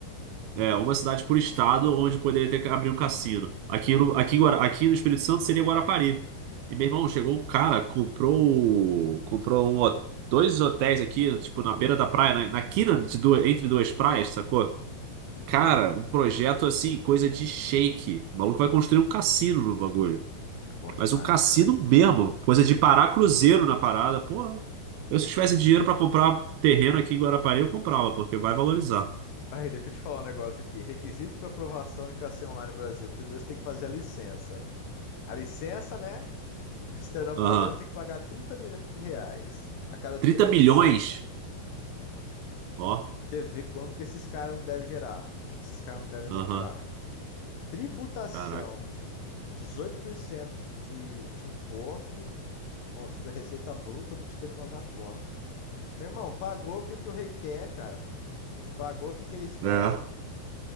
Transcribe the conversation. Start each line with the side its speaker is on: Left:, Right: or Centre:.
Right: É, uma cidade por estado onde poderia ter que abrir um cassino. Aqui no, aqui, em Guara- aqui no Espírito Santo seria Guarapari. E meu irmão, chegou um cara, comprou, comprou um ho- dois hotéis aqui, tipo, na beira da praia, na, na quina de duas, entre duas praias, sacou?
Left: Uhum.
Right: Cara, um projeto assim, coisa de shake. O maluco vai construir um cassino no bagulho.
Left: Bom demais,
Right: Mas um cassino
Left: cara.
Right: mesmo, coisa de parar cruzeiro na parada. Porra, eu se tivesse dinheiro pra comprar terreno aqui em Guarapari, eu comprava, porque vai valorizar.
Left: Aí, deixa eu te falar um negócio aqui. Requisitos para aprovação de KC Online no Brasil. Primeiro você tem que fazer a licença. A licença, né? <laughs> O Ministério da Fazenda
Right: Aham.
Left: você tem que pagar 30 milhões de reais a cada três
Right: 30 milhões?
Left: anos.
Right: Ó,
Left: Você vê quanto que esses caras não devem gerar, quanto que esses caras não devem lucrar.
Right: aham,
Left: Tributação,
Right: caraca.
Left: 18% de, de, de imposto bom, sobre a receita bruta obtida com as apostas. Meu irmão, pagou que o que o rei quer, cara. Pagou o que que eles querem.
Right: É,